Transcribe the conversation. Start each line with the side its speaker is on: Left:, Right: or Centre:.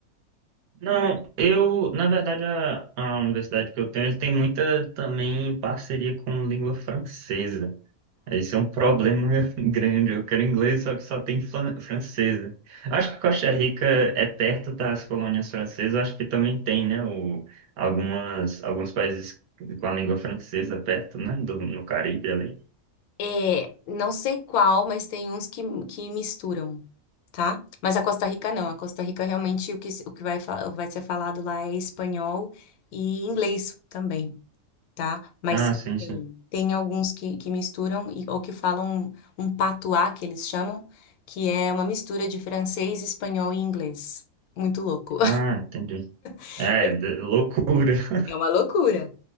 Right: não, eu, na verdade, a, a universidade que eu tenho, ele tem muita também parceria com língua francesa. Esse é um problema <laughs> grande. Eu quero inglês, só que só tem flan- francesa. Acho que Costa Rica é perto das colônias francesas. Acho que também tem, né? O, algumas, alguns países com a língua francesa perto, né? Do, no Caribe ali.
Left: É, não sei qual, mas tem uns que, que misturam, tá? Mas a Costa Rica não. A Costa Rica realmente o que, se- o que vai, fa- vai ser falado lá é espanhol e inglês também, tá? Mas
Right: Ah, sim,
Left: tem,
Right: sim.
Left: tem alguns que, que misturam e, ou que falam um, um patuá, que eles chamam, que é uma mistura de francês, espanhol e inglês. Muito louco.
Right: Ah, entendi.
Left: <laughs>
Right: É, d- loucura. <laughs>
Left: É uma loucura.